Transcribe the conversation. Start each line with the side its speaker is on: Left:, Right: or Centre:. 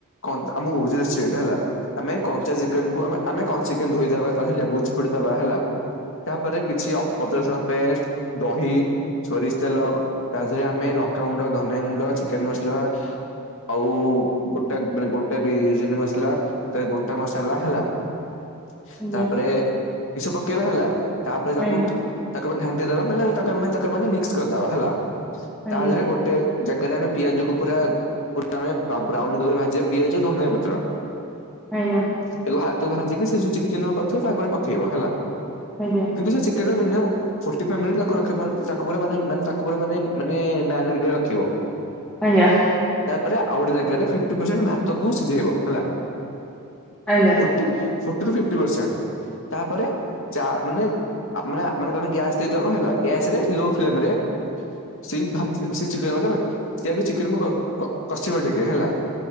Left: କନ ତା ଆମକୁ ବୁଝାଇଲେ ସେଇଟା ହେଲା। ଆମେ କଞ୍ଚା ଚିକେନକୁ ଆମେ ଆମେ କଞ୍ଚା ଚିକେନ ଧୋଇଦବା, ତା ଧେରେ ଲେମ୍ବୁ ଚିପୁଡ଼ି ଦବା ହେଲା ତାପରେ କିଛି ଅଦା ରସୁଣ ପେଷ୍ଟ, ଦହି ସୋରିଷ ତେଲ ତା ଦେହରେ ଆମେ ଲଙ୍କାଗୁଣ୍ଡ, ଧନିଆ ଗୁଣ୍ଡ, ଚିକେନ ମସଲା ଆଉ ଗୋଟା ମାନେ ଗୋଟା ବିରିନ ମସଲା ଗୋଟା ମସଲା, ହେଲା ତାପରେ
Centre: ଆଜ୍ଞା
Left: ଏସବୁ ପକେଇବା ହେଲା ତାପରେ ତାକୁ
Centre: ଆଜ୍ଞା
Left: ତାକୁ ଆମେ ଘା ଘାଣ୍ଟି ଦେବା ମାନେ ତାକୁ ଆମେ ତାକୁ ଆମେ ମିକ୍ସ କରିଦବା ହେଲା।
Centre: ଆଜ୍ଞା
Left: ତା ଦେହରେ ଗୋଟେ ଜାଗାରେ ଆମେ ପିଆଜକୁ ପୁରା ପୁରା ଆମେ ବ୍ରାଉନ ବ୍ରାଉନ କଲର୍ ଭାଜିବା। ପିଆଜ ଧନିଆ ପତ୍ର
Centre: ଆଜ୍ଞା
Left: ତାକୁ ତାକୁ ଭାଜିକି ସେ ଯୋଉ ଚିକେନ କରିଥିବ ତାପରେ ପକେଇବ ହେଲା।
Centre: ଆଜ୍ଞା
Left: କିନ୍ତୁ ସେ chicken minimum forty five minute ତାକୁ ପୁରା ମାନେ - ମାନେ -ତାକୁ ପୁରା ମାନେ - ମାନେ ମେରିନେଟ କରି ରଖିବ ।
Centre: ଆଜ୍ଞା ।
Left: ଆଉ ଗୋଟେ ଜାଗା ରେ ଫିଫ୍ଟି ପର୍ସେଣ୍ଟ ଭାତ କୁ ସିଝେଇବ ହେଲା,
Centre: ଆଜ୍ଞା
Left: ଫୋର୍ଟୀ ଫର୍ଟୀ ରୁ ଫିପ୍ଟି ପର୍ସେଣ୍ଟ ତାପରେ ମାନେ ମାନେ ମାନେ ତମେ ଗ୍ୟାସ ଦେଇଦବ ହେଲା ଗ୍ୟାସ ରେ ଲୋ ଫ୍ଲେମ ରେ ସେଇ ଭାତ ସେ ଚିକେନ ଭାତ ସେଇ ଚିକେନକୁ - କ - କଷିବ ଟିକେ ହେଲା ।